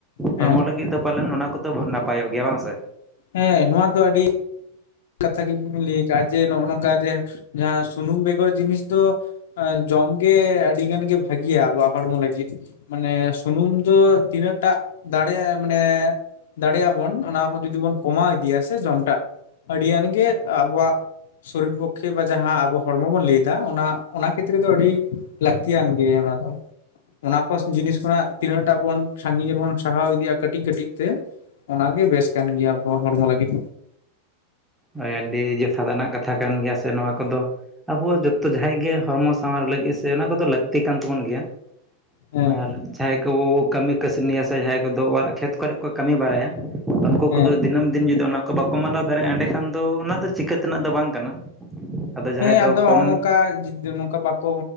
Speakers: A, on the left; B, in the centre.
A: ᱦᱮᱸ
B: ᱦᱚᱲᱢᱚ ᱞᱟᱹᱜᱤᱫ ᱫᱚ ᱯᱟᱞᱮᱱ ᱚᱱᱟ ᱠᱚᱫᱚ ᱱᱟᱯᱟᱭᱚᱜ ᱜᱮᱭᱟ ᱵᱟᱝ ᱥᱮ?
A: ᱦᱮᱸ ᱱᱚᱣᱟ ᱫᱚ ᱟᱹᱰᱤ ᱠᱟᱛᱷᱟ ᱜᱮᱵᱤᱱ ᱞᱟᱹᱭ ᱠᱟᱜ ᱡᱮ ᱱᱚᱜ-ᱚ ᱱᱚᱝᱠᱟ ᱡᱮ ᱡᱟᱦᱟᱸ ᱥᱩᱱᱩᱢ ᱵᱮᱜᱚᱨ ᱡᱤᱱᱤᱥ ᱫᱚ ᱡᱚᱢ ᱜᱮ ᱟᱹᱰᱤ ᱜᱟᱱ ᱜᱮ ᱵᱷᱟᱜᱤᱭᱟ ᱟᱵᱚᱣᱟᱜ ᱦᱚᱲᱢᱚ ᱞᱟᱹᱜᱤᱫ᱾ ᱢᱟᱱᱮ ᱥᱩᱱᱩᱢ ᱫᱚ ᱛᱤᱱᱟᱹᱜ ᱴᱟᱜ ᱫᱟᱲᱮᱭᱟᱜᱼᱟ ᱢᱟᱱᱮ ᱫᱟᱲᱮᱭᱟᱜ ᱟᱵᱚᱱ ᱚᱱᱟ ᱠᱚ ᱡᱩᱫᱤ ᱵᱚᱱ ᱠᱚᱢᱟᱣ ᱤᱫᱤᱭᱟ ᱥᱮ ᱡᱚᱢᱴᱟᱜ ᱟᱹᱰᱤᱭᱟᱱ ᱜᱮ ᱟᱵᱚᱣᱟᱜ ᱥᱚᱨᱤᱨ ᱯᱚᱠᱠᱷᱮ ᱵᱟ ᱡᱟᱦᱟᱸ ᱟᱵᱚ ᱦᱚᱲᱢᱚ ᱵᱚᱱ ᱞᱟᱹᱭ ᱫᱟ, ᱚᱱᱟ ᱚᱱᱟ ᱠᱷᱮᱛᱨᱮ ᱫᱚ ᱟᱹᱰᱤ ᱞᱟᱹᱠᱛᱤᱭᱟᱱ ᱜᱮ ᱚᱱᱟ ᱫᱚ᱾ ᱚᱱᱟ ᱠᱚ ᱡᱤᱱᱤᱥ ᱠᱷᱚᱱᱟᱜ ᱛᱤᱱᱟᱹᱜ ᱴᱟ ᱵᱚᱱ ᱥᱟᱺᱜᱤᱧ ᱨᱮᱵᱚᱱ ᱥᱟᱦᱟᱣ ᱤᱫᱤᱭᱟ ᱠᱟᱹᱴᱤᱡ ᱠᱟᱹᱴᱤᱡ ᱛᱮ, ᱚᱱᱟᱜᱮ ᱵᱮᱥ ᱠᱟᱱ ᱜᱮᱭᱟ ᱟᱵᱚᱣᱟᱜ ᱦᱚᱲᱢᱚ ᱞᱟᱹᱜᱤᱫ᱾
B: ᱦᱳᱭ ᱟᱹᱰᱤ ᱡᱚᱛᱷᱟᱛ ᱟᱱᱟᱜ ᱠᱟᱛᱷᱟ ᱠᱟᱱ ᱜᱮᱭᱟ, ᱥᱮ ᱱᱚᱣᱟ ᱠᱚᱫᱚ ᱟᱵᱚᱣᱟᱜ ᱡᱚ ᱛᱚ ᱡᱟᱦᱟᱸᱭ ᱜᱮ ᱦᱚᱲᱢᱚ ᱥᱟᱶᱟᱨ ᱞᱟᱹᱜᱤᱫ ᱥᱮ ᱚᱱᱟ ᱠᱚᱫᱚ ᱞᱟᱹᱠᱛᱤ ᱠᱟᱱ ᱛᱟᱵᱚᱱ ᱜᱮᱭᱟ,
A: ᱦᱮᱸ
B: ᱟᱨ ᱡᱟᱸᱦᱟᱭ ᱠᱚᱵᱚ ᱵᱚ ᱠᱟᱹᱢᱤ ᱠᱟᱹᱥᱱᱤᱭᱟ ᱥᱮ ᱡᱟᱦᱟᱸᱭ ᱠᱚᱫᱳ ᱚᱲᱟᱜ ᱠᱷᱮᱛ ᱠᱚᱨᱮ ᱠᱚ ᱠᱟᱹᱢᱤ ᱵᱟᱲᱟᱭᱟ ᱩᱝᱠᱩ
A: ᱦᱮᱸ
B: ᱠᱚᱫᱚ ᱫᱤᱱᱟᱹᱢ ᱫᱤᱱ ᱡᱩᱫᱤ ᱚᱱᱟ ᱠᱚ ᱵᱟᱠᱚ ᱢᱟᱱᱟᱣ ᱫᱟᱲᱮᱭᱟᱜᱼᱟ ᱚᱸᱰᱮᱸ ᱠᱷᱟᱱ ᱫᱚ ᱚᱱᱟ ᱫᱚ ᱪᱤᱠᱟᱹ ᱛᱮᱱᱟᱜ ᱫᱚ ᱵᱟᱝ ᱠᱟᱱᱟ᱾ ᱡᱟᱦᱟᱸᱭ
A: ᱦᱮᱸ
B: ᱫᱚ
A: ᱟᱫᱚ
B: ᱠᱚᱢ
A: ᱦᱚᱸᱜ-ᱚ ᱱᱚᱝᱠᱟ ᱡᱤᱛ ᱱᱚᱝᱠᱟ ᱵᱟ ᱠᱚ